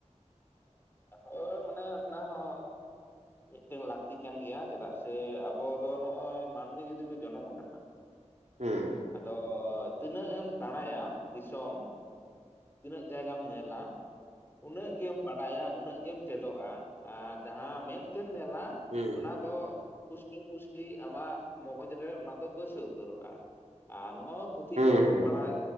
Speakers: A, on the left; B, on the right.
A: <unintelligible> ᱦᱳ ᱢᱟᱱᱮ ᱚᱱᱟ ᱦᱚᱸ ᱢᱤᱫᱴᱮᱝ ᱞᱟᱹᱠᱛᱤ ᱠᱟᱱ ᱜᱮᱭᱟ ᱪᱮᱫᱟᱜ ᱥᱮ ᱟᱵᱚ ᱫᱚ ᱱᱚᱜᱼᱚᱭ ᱢᱟᱹᱱᱢᱤ ᱡᱩᱫᱤ ᱵᱚ ᱡᱚᱱᱚᱢ ᱠᱟᱱᱟ
B: ᱦᱩᱸ
A: ᱟᱫᱚ ᱛᱤᱱᱟᱹᱜ ᱮᱢ ᱫᱟᱬᱟᱭᱟ ᱫᱤᱥᱚᱢ ᱛᱤᱱᱟᱹᱜ ᱡᱟᱭᱜᱟᱢ ᱧᱮᱞᱟ ᱩᱱᱟᱹᱜ ᱜᱮᱢ ᱵᱟᱰᱟᱭᱟ ᱩᱱᱟᱹᱜ ᱜᱮᱢ ᱪᱮᱫᱚᱜᱼᱟ ᱟᱨ ᱡᱟᱦᱟᱸ ᱢᱮᱫ ᱛᱮᱢ ᱧᱮᱞᱟ
B: ᱦᱩᱸ
A: ᱚᱱᱟ ᱫᱚ ᱯᱩᱥᱴᱟᱹ ᱯᱩᱥ ᱟᱢᱟᱜ ᱢᱚᱜᱚᱡᱽ ᱨᱮ ᱚᱱᱟ ᱫᱚ ᱵᱟᱹᱭᱥᱟᱹᱣ ᱩᱛᱟᱹᱨᱚᱜᱼᱟ ᱟᱨ ᱱᱚᱜᱼᱚᱭ ᱯᱩᱛᱷᱤ
B: ᱦᱩᱸ
A: ᱠᱚᱨᱮ ᱵᱚ
B: ᱦᱩᱸ
A: ᱯᱟᱲᱦᱟᱣ